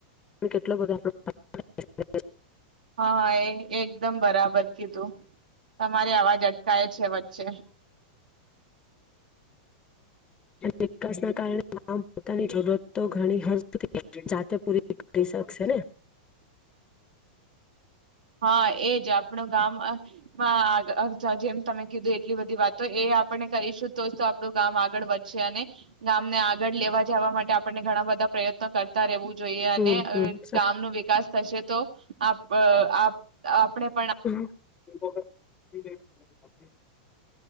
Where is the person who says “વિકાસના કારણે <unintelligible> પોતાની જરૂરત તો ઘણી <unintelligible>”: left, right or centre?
Left